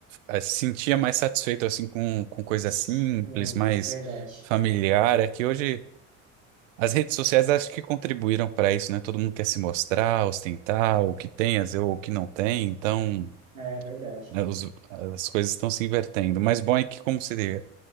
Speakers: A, on the right; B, on the right.
A: eh, sentia mais satisfeito assim com, com coisa
B: Sim,
A: simples, mais
B: verdade.
A: familiar. É que hoje as redes sociais acho que contribuíram para isso, né? Todo mundo quer se mostrar, ostentar o que tem, às vezes, ou o que não tem. Então,
B: É, verdade.
A: né, os- as coisas estão se invertendo. Mas bom é que como se